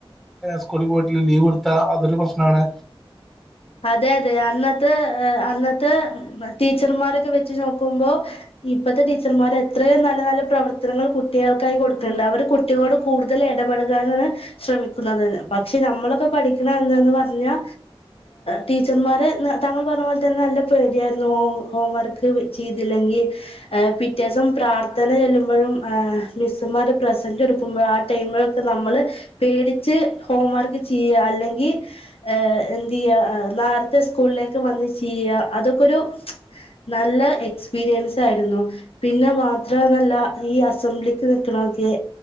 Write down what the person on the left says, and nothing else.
അതെ അതെ അന്നത്തെ എ അന്നത്തെ ടീച്ചർമാരൊക്കെ വെച്ച് നോക്കുമ്പോ ഇപ്പത്തെ ടീച്ചർമാര് എത്രയും നല്ല നല്ല പ്രവർത്തനങ്ങൾ കുട്ടികൾക്കായി കൊട്ക്ക്ണ് ണ്ട് അവര് കുട്ടികളോട് കൂടുതൽ ഇടപെഴകാനാണ് ശ്രമിക്കുന്നത് പക്ഷെ നമ്മളൊക്കെ പഠക്ക്ണ അന്ന്ന്ന് പറഞ്ഞാ ടീച്ചർമാര് താങ്കൾ പറഞ്ഞ പോലെ തന്നെ നല്ല പേടിയായിരുന്നു ഹോം വർക്ക് ചെയ്തില്ലെങ്കി പിറ്റെസം പ്രാർത്ഥന ചെല്ലുമ്പോഴും ആ മിസ്സുമാര് പ്രസന്റ് എടുക്കുമ്പോളും ആ ടൈമിലൊക്കെ നമ്മൾ പേടിച്ച് ഹോംവർക്ക് ചെയ്യുക അല്ലെങ്കി ആ അ നേരത്തെ സ്കൂളിലേക്ക് വന്ന് ചെയ്യ അതൊക്കെരു നല്ല എക്സ്പീരിയൻസ് ആയിരുന്നു പിന്നെ മാത്രന്നല്ല ഈ അസംബ്ലിക്ക് നൽക്കണൊക്കെ